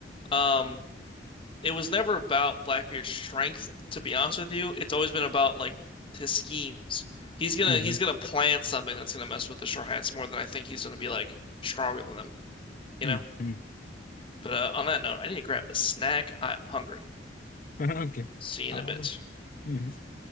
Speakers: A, on the left; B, on the left.
A: um, it was never about Blackbeard's strength, to be honest with you. It's always been about like his schemes. He's gonna
B: Mm-hmm.
A: he's gonna plan something that's gonna mess with the Straw Hats more than I think he's gonna be like stronger than them, you
B: Mm-hmm.
A: know? But uh, on that note, I need to grab a snack. I'm hungry.
B: Mm-hmm. <laughs> Okay.
A: See you in
B: I'll.
A: a bit.
B: mhm.